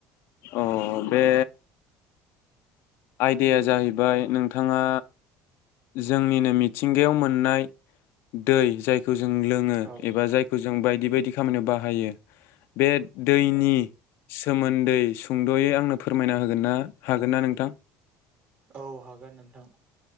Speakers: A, on the left; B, on the right.
A: अ बे आयदाया जाहैबाय नोंथाङा जोंनिनो मिथिंगायाव मोननाय दै जायखौ जों लोङो
B: औ
A: एबा जायखौ जो जों बायदि बायदि खामानियाव बाहायो बे दैनि
B: औ
A: सोमोन्दै सुंद'यै आंनो फोरमायना होगोन ना हागोन ना नोंथां
B: औ हागोन नोंथां